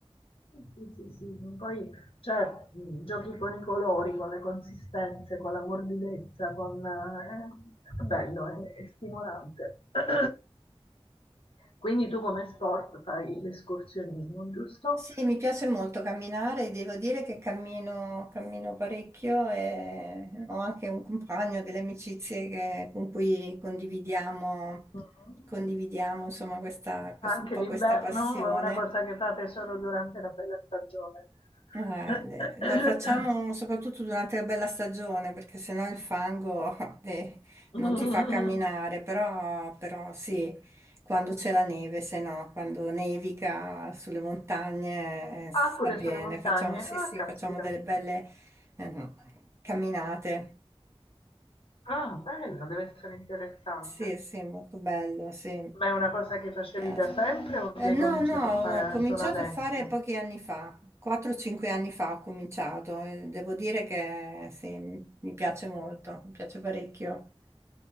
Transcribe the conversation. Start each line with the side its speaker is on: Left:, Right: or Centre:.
Left: Sì, sì, sì. Poi, cioè, mh, giochi con i colori, con le consistenze, con la morbidezza, con... eh, è bello, è è stimolante. <clears throat> Quindi tu come sport fai l'escursionismo, giusto?
Right: Sì, mi piace molto camminare, devo dire che cammino, cammino parecchio e ho anche un compagno, delle amicizie che- con cui condividiamo,
Left: Mhm.
Right: condividiamo insomma questa, quest-
Left: Anche
Right: un po'
Left: d'inverno
Right: questa passione.
Left: o è una cosa che fate solo durante la bella stagione?
Right: Eh,
Left: <coughs>
Right: lo facciamo soprattutto durante la bella stagione perché sennò il fango <laughs> eh, non
Left: Mm.
Right: ti fa camminare, però, però sì, quando c'è la neve, se no, quando nevica sulle montagne eh, si
Left: Ah,
Right: sta
Left: pure
Right: bene,
Left: sulle montagne.
Right: facciamo, sì,
Left: Ah,
Right: sì,
Left: caspita.
Right: facciamo delle belle ehm, camminate.
Left: Ah, bello, deve essere interessante.
Right: Sì, sì, molto bello, sì, mi
Left: Ma è una cosa che facevi
Right: piace.
Left: da sempre o che
Right: Eh, no,
Left: hai cominciato
Right: no,
Left: a fare
Right: ho cominciato
Left: solo adesso?
Right: a fare pochi anni fa, 4-5 anni fa ho cominciato, e devo dire che sì, mi mi piace molto, mi piace parecchio.